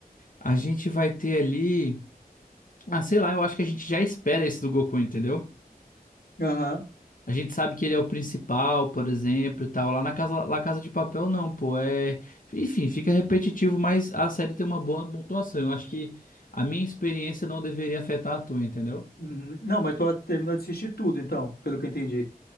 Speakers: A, on the left; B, on the left.
A: a gente vai ter ali. Ah, sei lá, eu acho que a gente já espera esse do Goku, entendeu?
B: Aham.
A: A gente sabe que ele é o principal, por exemplo, e tal. Lá na casa, lá Casa de Papel, não, pô. É. Enfim, fica repetitivo, mas a série tem uma boa pontuação. Eu acho que a minha experiência não deveria afetar a tua, entendeu?
B: Uhum. Não, mas tu terminou de assistir tudo, então, pelo que eu entendi.